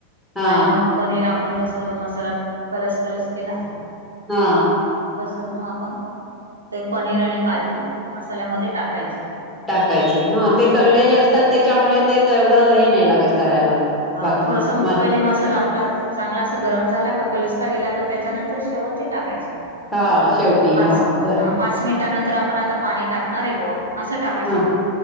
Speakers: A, in the centre; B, on the right (about 80°).
A: हा
B: आणि मग पनीर आ आपण जस मसालात कलर्स कलर्स केला
A: हा
B: तसच मग आपण ते पनीर आणि काजू त्या मसाल्यामध्ये टाकायचे.
A: टाकायचे हा ते तळलेले असतात त्याच्यामुळे ते तेवढं हे नाही लागत करायला.
B: हा
A: बाकी
B: थोडस
A: मसा
B: पहिले मसाला आपला चांगला अस गरम झाला का कलसला गेला का त्याच्यानंतर शेवट ते टाकायचं.
A: हा शेवटी
B: पाच
A: हा बर
B: हा पाच मिनिटानंतर आपण आता पाणी टाकणार आहे बुवा असं टाकायचे
A: हा
B: ते